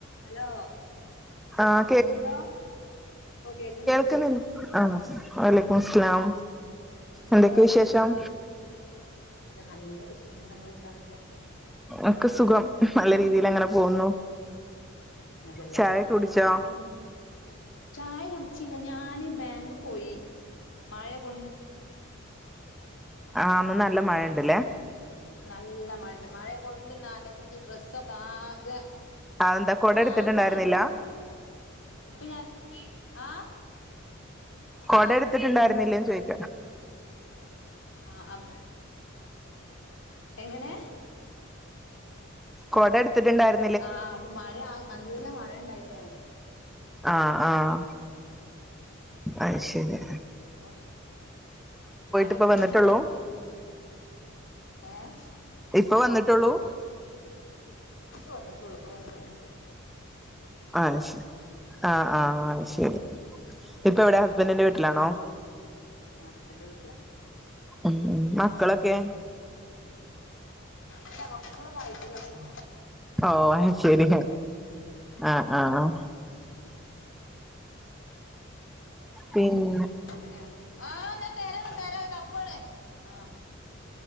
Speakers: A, on the left; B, in the centre.
A: Hello
B: ആഹ്
A: hello പ്പൊ കേക്ക്‌ണ്ട്.
B: ആ വലെയ്ക്കുമുസ്സ്ലാം.
A: എന്താ
B: എന്തൊക്കെ
A: വർത്താനൊക്കെ
B: വിശേഷം?
A: എന്താ നല്ല വിശേഷം. ന്താ ങ്ങളർത്താനൊക്കെ?
B: ഒക്കെ സുഖം. നല്ല രീതിയിലങ്ങനെ പോകുന്നു.
A: അതെല്ലേ
B: ചായക്കെ കുടിച്ചോ?
A: ഉം ചായ കുടിച്ചില്ല. ഞാന് ബാങ്ക് പോയി. മഴ കൊ
B: ആഹ് ന്ന് നല്ല മഴണ്ട്ലേ?
A: ഇന്ന് നല്ല മഴണ്ട്. മഴകൊണ്ട് നനഞ്ഞ് ഡ്രസ്സൊക്കെ ആകെ
B: അഎന്താ കൊടട്ത്ത്ട്ട്ണ്ടായിര്ന്നില്ല?
A: ആകെ നനഞ്ഞ് ഇപ്പൊ ഞാൻ. ആഹ്
B: കൊടട്ത്ത്ട്ട്ണ്ടായിര്ന്നില്ലേന്ന്
A: ആഹ്
B: ചോ
A: ആഹ്. അ.? എങ്ങനെ
B: കൊടട്ത്ത്ട്ട്ണ്ടായ്ര്
A: ആഹ്. അപ്പൊ മഴ നല്ല മഴണ്ടയ്നി.
B: ആഹ് ആഹ്. അയ്ശരി.
A: അപ്പം മഴ
B: ഇപ്പ
A: കൊണ്ട്
B: വന്നിട്ടുള്ളൂ
A: നൻഞ്ഞുണു. ഏഹ്.
B: ഇപ്പൊ വന്നിട്ടുള്ളൂ?
A: പ്പൊ വന്ന്ട്ടൊള്ളു. പ്പൊ വന്ന്ങ്ങനിര്ക്ക.
B: ആഹ് ശ ആഹ് ആഹ് ശരി. ഇപ്പ എവിടെ ഹസ്ബൻറിന്റെ വീട്ടിലാണോ?
A: ആഹ് ഹസ്ബൻഡ്ന്റെ വീട്ട്ലാ.
B: ഉം മക്കളൊക്കെ?
A: ഇല്ല. മക്കളൊന്നും ആയിട്ടില്ലപ്പൊ.
B: ഓ ശരി ആഹ ആഹ പിന്ന
A: അങ്ങനെയാണ് ആ ഞാൻ തര തരാ തപ്പാണ് ആഹ